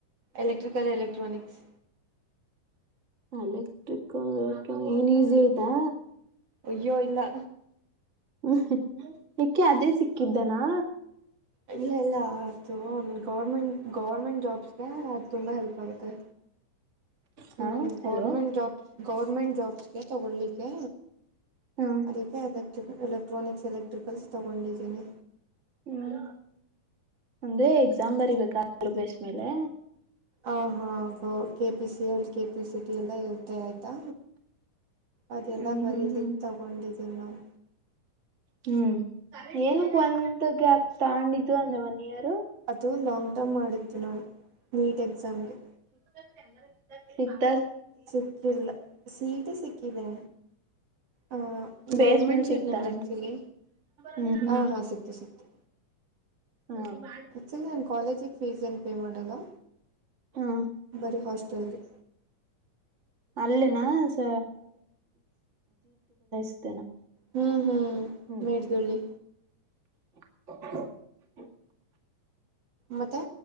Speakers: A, on the right; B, on the right.
A: Electrical electronics.
B: ಯಲೆಕ್ಟ್ರಿಕಲ್ ಎಲೆಕ್ಟ್ರಾನ್ ಏನ್ ಈಸಿ ಅಯ್ತಾ?
A: ಅಯ್ಯೋ ಇಲ್ಲ.
B: <unintelligible> ಯಕೆ ಅದೇ ಸಿಕ್ಕಿದ್ದನಾ?
A: ಇಲ್ಲ ಇಲ್ಲ ಆ <unintelligible> ಗೌರ್ಮೆಂಟ್ ಗೌರ್ಮೆಂಟ್ ಜಾಬ್ಸ್ಗೆ ಅದ್ ತುಂಬಾ ಹೆಲ್ಪ್ ಆಗುತ್ತೆ.
B: ಹಾ
A: ನನಿಗ್ ಗೌರ್ಮೆಂಟ್
B: ಹಲೋ
A: ಜಾಬ್ ಗೌರ್ಮೆಂಟ್ ಜಾಬ್ಸ್ಗೆ ತಗೊಳ್ಲಿಕ್ಕೆ
B: ಹ್ಮ್
A: ಅದಕ್ಕೆ ಎಲೆಕ್ಟ್ರಿಕ್ ಎಲೆಕ್ಟ್ರಾನಿಕ್ಸ್ ಎಲೆಕ್ಟ್ರಿಕಲ್ಸ್ ತಗೊಂಡಿದ್ದೀನಿ.
B: ಹ್ಮ್ ಒಂದೇ ಎಕ್ಸಾಮ್ ಬರಿಬೇಕ <unintelligible> ಬೇಸ್ ಮೇಲೆ?
A: ಆಹಾ ಹೌದ್ K P C L K P C T ಎಲ್ಲ ಇರತ್ತೆ ಆಯ್ತಾ? ಅದೆಲ್ಲ
B: ಹ್ಮ್
A: ಬರೀಲಿಕ್
B: ಹ್ಮ್ ಹ್ಮ್
A: ತಗೊಂಡಿದ್ದೀನ್ ನಾನ್
B: ಹ್ಮ್ ಏನಕ್ ಒಂದ್ ಗ್ಯಾಪ್ ತಗಂಡಿದ್ದು ಅಂದ್ರೆ ಒನ್ ಇಯರ್
A: ಅದೂ ಲಾಂಗ್ ಟರ್ಮ್ ಮಾಡಿದ್ದು ನಾನು ನೀಟ್ ಎಕ್ಸಾಮ್ಗೆ.
B: <unintelligible>
A: ಸಿಕ್ಕಿಲ್ಲ, ಸೀಯಿಟಿ ಸಿಕ್ಕಿದೆ. ಹ್ಞಾಂ ಗೌರ್ಮೆಂಟ್
B: ಬೇಸ್ ಮೇಲ್
A: ಸೀಟ್
B: ಸಿಕ್ತಾ
A: ನಂದ್
B: ಅಂತ
A: ಆ್ಯಕ್ಚುಲಿ
B: ಹ್ಮ್ ಹ್ಮ್
A: ಹಾ ಹಾ ಸಿಕ್ತು ಸಿಕ್ತು.
B: ಹ
A: ಆಕ್ಚುಲಿ ನಾನ್ ಕಾಲೇಜಿಗ್ ಫೀಸ್ ಏನ್ ಪೇ ಮಾಡ್ ಹಲೋ
B: ಹಾ
A: ಬರಿ ಹಾಸ್ಟೆಲ್ ಗೆ
B: ಅಲ್ಲೆನಾ ಸ <unintelligible>
A: ಹ್ಮ್ ಹ್ಮ್
B: ಹ್ಮ್
A: ಮೇಟ್ಗಳ್ಳಿ
B: <unintelligible>
A: ಮತ್ತೆ